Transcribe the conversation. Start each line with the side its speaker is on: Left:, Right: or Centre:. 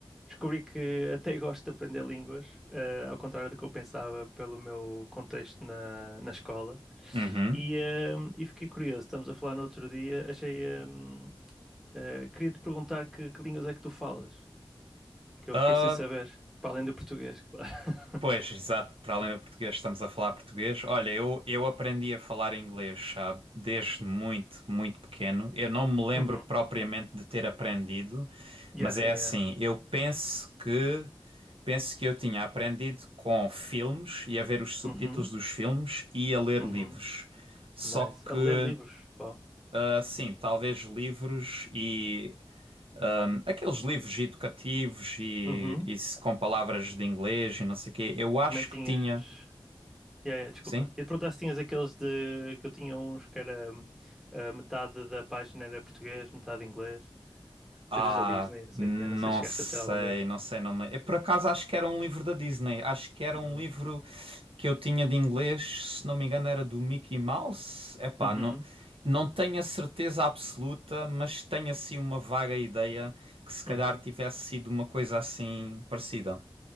Centre: descobri que até <laughs> gosto de aprender línguas, eh, ao contrário do que eu pensava pelo meu contexto na, na escola.
Right: uhum.
Centre: E, ehm, e fiquei curioso, estamos a falar no outro dia, achei, ehm, eh, queria-te perguntar que, que línguas é que tu falas, que eu
Right: Ah,
Centre: fiquei sem saber, para além do português, claro. <laughs>
Right: pois, exato, para além do português, estamos a falar português. Olha, eu, eu aprendi a falar inglês, sabe, desde muito, muito pequeno. Eu não me lembro
Centre: Uhum.
Right: propriamente de ter aprendido,
Centre: Yeah,
Right: mas é
Centre: yeah,
Right: assim,
Centre: yeah.
Right: eu penso que penso que eu tinha aprendido com filmes e a ver os subtítulos
Centre: Uhum,
Right: dos filmes e a ler
Centre: uhum.
Right: livros. Só
Centre: Nice.
Right: que,
Centre: A ler livros. Uau.
Right: ah, sim, talvez livros e aqueles livros educativos e,
Centre: Uhum.
Right: e se- com palavras de inglês e não sei o quê. Eu acho
Centre: Também tinhas.
Right: que tinha.
Centre: Yeah, yeah, desculpa.
Right: Sim?
Centre: E de perguntar se tinhas aqueles de que eu tinha uns que era hum, a metade da página era português, metade inglês.
Right: Ah,
Centre: Livros da Disney, não sei
Right: não
Centre: o quê. Não sei se chegaste
Right: sei,
Centre: a ter algum desses.
Right: não sei, não me... Eu, por acaso acho que era um livro da Disney. Acho que era
Centre: Uhum.
Right: um livro que eu tinha de inglês, se não me engano, era do Mickey Mouse. Epá,
Centre: Uhum.
Right: não, não tenho a certeza absoluta, mas tenho assim uma vaga ideia que se calhar
Centre: Uhum.
Right: tivesse sido uma coisa assim parecida.